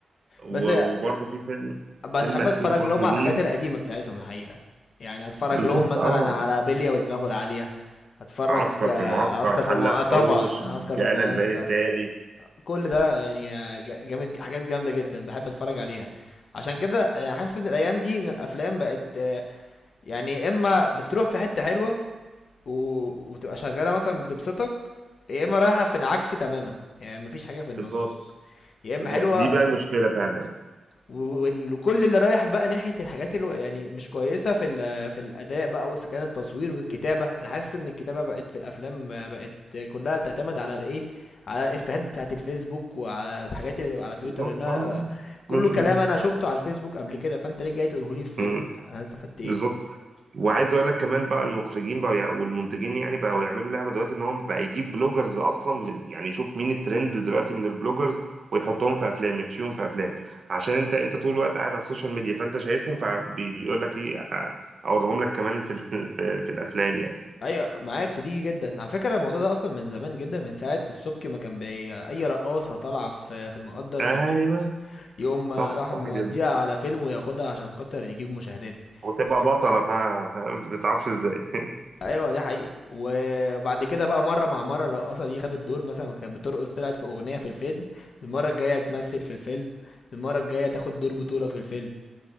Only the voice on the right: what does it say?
و-
وبرضه في فيلم
فيلم اخير
برضه
ليه
بالظبط
اه
عسكر
في المعسكر
حلق
حوش
جانا
البيان التالي
بالظبط
بالظبط
دي بقى المشكله فعلا
بالظبط
اه آه.
م-
م-
م.
بالظبط وعايز اقول لك كمان بقى المخرجين بقى يع- والمنتجين يعني بقوا يعملوا لعبه دلوقتي ان هم بقى يجيب بلوجرز اصلا من يعني يشوف مين الترند دلوقتي من البلوجرز ويحطهم في افلام يحشيهم في افلام عشان انت انت طول الوقت قاعد على السوشيال ميديا فانت شايفهم فبيقول لك ايه آه، اوريهم لك كمان في ال- <laughs> في, في الافلام يعني
ايوه
صح
صح
جدا
وتبقى
بطله ف- فاهم؟ ما بتعرفش ازاي